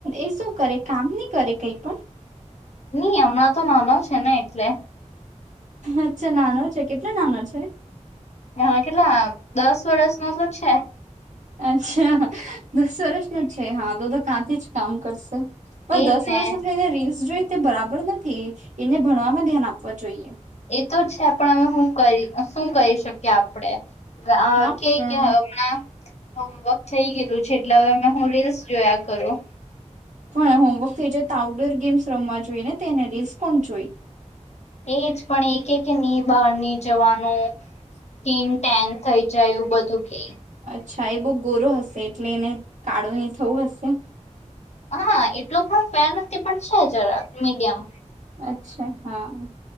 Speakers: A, on the right; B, on the left.
A: એ શું કરે કામ નહી કરે કઈ પણ
B: ની હમણાં તો નાનો છે ને એટલે
A: અચ્છા નાનો છે કેટલો નાનો છે.
B: હા કેટલા દસ વર્ષ નો તો છે.
A: અચ્છા દસ વર્ષનો જ છે હા કાથી જ કામ કરશે પણ
B: એજ
A: દસ
B: ને
A: વર્ષ થઈને રીલ્સ જોઈ તે બરાબર નથી એને ભણવામાં ધ્યાન આપવા જોઈએ
B: એ તો છે પણ અમે શું કરી શું કરી શકીએ આપડે
A: હા
B: કેકમણા
A: પણ
B: હોમવર્ક થઈ ગયલું છે એટલે હવે અમે હું રીલ્સ જોયા કરું
A: પણ હોમવર્ક થઈ જાય તો આઉટડોર ગેમ્સ રમવા જોઈએ ને તેને રીલસ કોણ જોઈ
B: એજ પણ એક કે ની બહાર ની જવાનું ટીનટેન થઈ જાયું બધું કે
A: અચ્છા એ બો ગોરો હશે એટલે એને કાળું નહી થવું હશે
B: હા એટલો પણ ફેર નથી પણ છે જરા મીડિયમ
A: અચ્છા હા